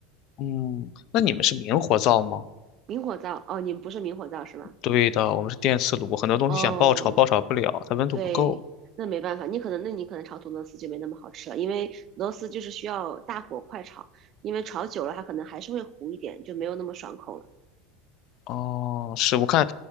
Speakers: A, on the left; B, on the right.
A: 嗯，那你们是明火灶吗？
B: 明火灶，哦，你们不是明火灶是吧？
A: 对的，我们是电磁炉，很多东西想爆炒爆炒不了，
B: 哦，
A: 它温度不够。
B: 对，那没办法，你可能那你可能炒土豆丝就没那么好吃了，因为土豆丝就是需要大火快炒，因为炒久了它可能还是会糊一点，就没有那么爽口了。
A: 哦，是我看